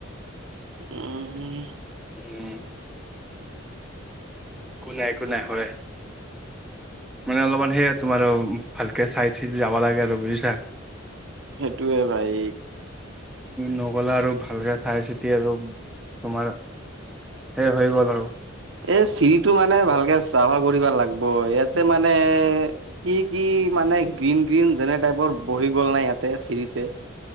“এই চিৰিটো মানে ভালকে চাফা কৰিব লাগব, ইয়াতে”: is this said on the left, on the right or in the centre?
Right